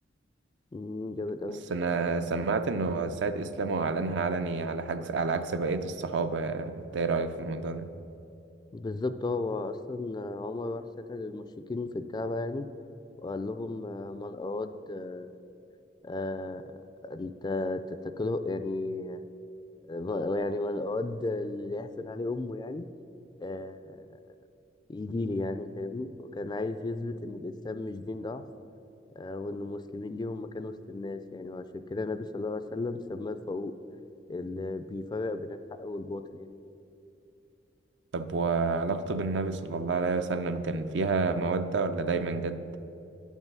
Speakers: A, on the left; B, on the right.
A: مم، جامد اوي
B: بس أنا سمعت إنه السيد إسلام هو أعلنها علني على حجز على عكس بقية الصحابة أنت إيه رأيك في الموضوع ده؟
A: بالظبط هو اصلا آه، عمر راح سأل المشركين في الكعبة يعني وقال لهم آه، من أراد آه، آه، أن ت- تتكله يعني آه، يعني من أراد اللي يحسن عليه أمه يعني آه، يجيلي يعني فاهمني وكان عايز يثبت إن الإسلام مش دين ضعف آه، وإن المسلمين ليهم مكان وسط الناس يعني وعشان كده النبي صلى الله عليه وسلم سماه الفاروق اللي بيفرق بين الحق والباطل يعني
B: طب وعلاقته بالنبي صلى الله عليه وسلم كان فيها مودة ولا دايما جد؟